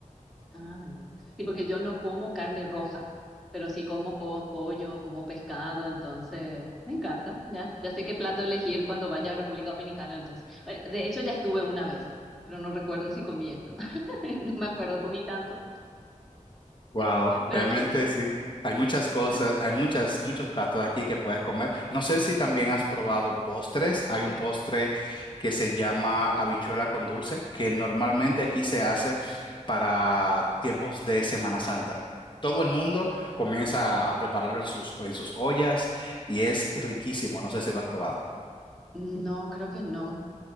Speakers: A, in the centre; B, on the left.
A: Ah, me gusta. Sí, porque yo no como carne roja, pero sí como co- pollo, como pescado, entonces me encanta, ya. Ya sé qué plato elegir cuando vaya a República Dominicana, entonces. Bueno, De hecho, ya estuve una vez, pero no recuerdo si comí esto. <laughs> No me acuerdo, comí tanto,
B: Wow,
A: pero
B: realmente
A: aquí,
B: sí. Hay muchas cosas,
A: ac-
B: hay muchas, muchos platos aquí que puedes comer. No sé si también has probado postres. Hay un postre que se llama habichuela con dulce, que normalmente aquí se hace para tiempos de Semana Santa. Todo el mundo comienza a prepararlo en sus, en sus ollas y es riquísimo. No sé si lo has probado.
A: no, creo que no.